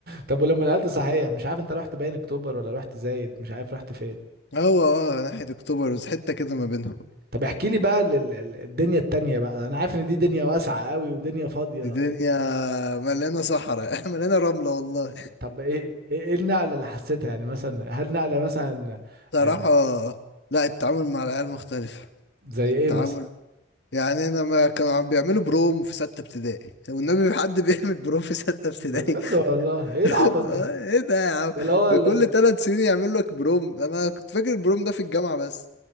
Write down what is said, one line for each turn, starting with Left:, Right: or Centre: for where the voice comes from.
Right: طب ولما نقلت صحيح مش عارف انت رحت باين اكتوبر ولا رحت زايد مش عارف رحت فين
Left: هو اه ناحية اكتوبر بس حتة كده ما بينهم
Right: طب احكي لي بقى لل- ال- الدنيا التانية بقى انا عارف ان دي دنيا واسعة قوي ودنيا فاضية
Left: الدنيا
Right: إيه-
Left: مليانة صحراء <laughs> مليانة رملة والله
Right: طب ايه ايه إيه النقلة اللي حسيتها يعني مثلا هل نقلة مثلا
Left: صراحة
Right: آه،
Left: لا التعامل مع العيال مختلف
Right: زي
Left: التعامل
Right: ايه مثلا
Left: يعني انا ما كانوا عم بيعملوا بروم في ستة ابتدائي والنبي في حد <laughs> بيعمل بروم في ستة ابتدائي
Right: بجد
Left: <laughs>
Right: والله ايه العبط
Left: آه،
Right: ده
Left: ايه ده يا عم
Right: ده اللي هو ال-
Left: كل ثلاث سنين يعمل لك بروم انا كنت فاكر البروم ده في الجامعة بس